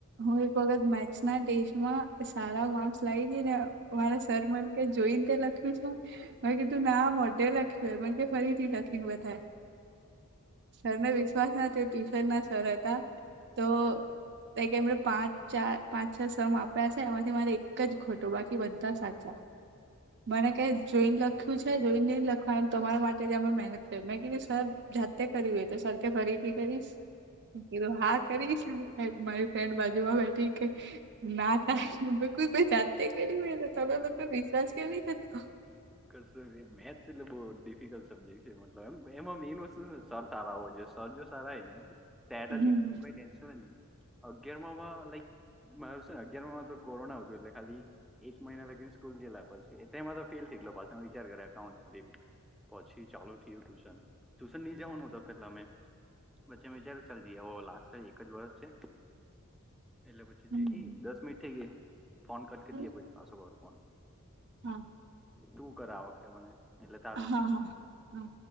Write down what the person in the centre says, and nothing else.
કરશ મેથ્સ એટલે બહુ ડિફિકલ્ટ સબ્જેક્ટ છે મતલબમ એમાં મેઇન વસ્તુ સર સારા હોો જો જ સારા ને સેડ
એકમ કઈ ટેન્શન અગિયાર માં લાઈક મા અગિાર માં તો કોરોના આવતું એટલે ખાલી એક મહિના લગીને સ્કૂલ ગેલા પછીમાં તો ફેલ થઈ ગ પા વિચાર કરે અકાઉન્ટ બી પછી ચાલુ થયું ટ્યુશન ટ્યુશન નહી જવાનું હત પેલા અમે પછી વિચાર ચાલ જ આવો લાસ્ટ એક જ વર્ષ છે એટલે પછી
દસ મિનિટ થઈ ગ ફોન ક કે
દ પછી પાછો વારું ફોન
તું કર વખતે મને એટલે તારું